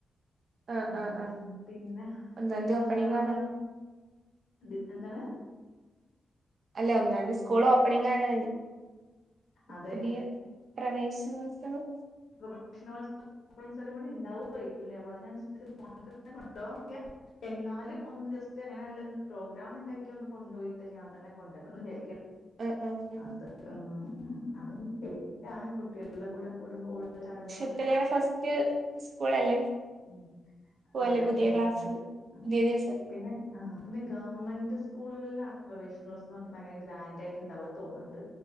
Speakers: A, on the right; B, on the left.
A: ആഹ്
B: ഉം
A: ആഹ് ആഹ്
B: പിന്നെ
A: ഒന്നാന്തി
B: പിന്നെ
A: ഓപ്പണിംഗ്
B: വേറെന്താണ്
A: ആണ്
B: പിന്നെന്താണ്
A: അല്ലെ ഒന്നാംന്തി സ്കൂൾ ഓപ്പണിം ആണ്
B: അതെ
A: പുതിയ പ്രവേശനോത്സവം
B: പ്രവേശനോത്സവം കുറച്ച് നേരം കൂടി ഉണ്ടാവയിരിക്കല്ലേ അപ്പൊ അതിനനുസരിച്ച് കൊ <unintelligible> എന്നാലും ഒന്ന് ജസ്റ്റ് അങ്ങനെ വല്ല പ്രോഗ്രാം ഉണ്ടെങ്കിലും ഒന്ന് കൊണ്ടുപോയിട്ട് ഞാൻ തന്നെ കൊണ്ടുവന്നന്ന് വിചാരിക്കും
A: ആ ആ ആ
B: അതക്കെ ഉം ആ അതും പോടിയാണ്കുട്ടികളുടെ കൂടെ കൂടുമ്പോ ള്ള ചാട്ആ
A: പ്പിലെ ഫസ്റ്റ് സ്കൂളല്ലേ
B: ഉം,
A: പോയല്ലേ
B: അതെ
A: പുതിയ
B: ഉം,
A: ക്ലാസ്
B: ഉം.
A: ഇതേ ദിവസം
B: പിന്നെ ആ പിന്നെ ഗവൺമെന്റ് സ്കൂളുകളിലാണ് പ്രവേശനോത്സവം ഭയങ്കര ഗ്രന്റായിറ്റ് ഇണ്ടാവ തോന്നുന്നുണ്ട്